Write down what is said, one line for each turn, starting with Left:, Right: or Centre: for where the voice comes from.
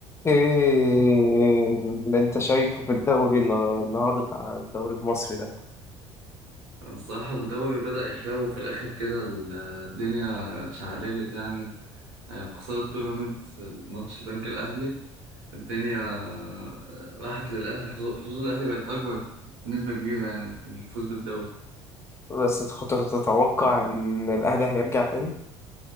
Left: ايه اللي انت شايفه في الدوري النا- النهارده بتاع الدوري المصري ده
Right: الصراحة الدوري بدأ يحلو في الآخر كده ال- الدنيا اتشعللت يعني آه، خسارة بيراميدز الماتش البنك الأهلي الدنيا آه، راحت للأهلي حظوظ حظوظ الأهلي بقت أكبر بنسبة كبيرة يعني في الفوز بالدوري
Left: بس انت كنت تتوقع ان الاهلي هيرجع تاني